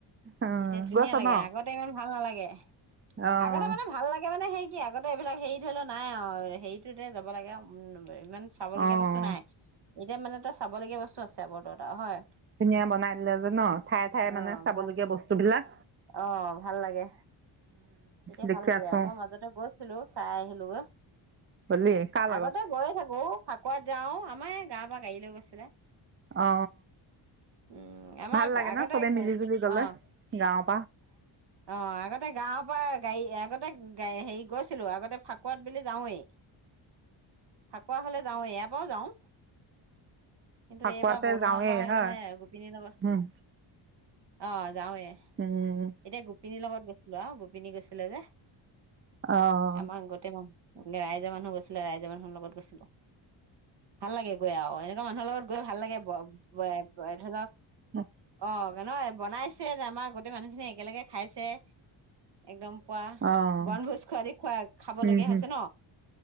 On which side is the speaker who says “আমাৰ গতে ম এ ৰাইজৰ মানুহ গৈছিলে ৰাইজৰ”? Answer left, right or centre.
Right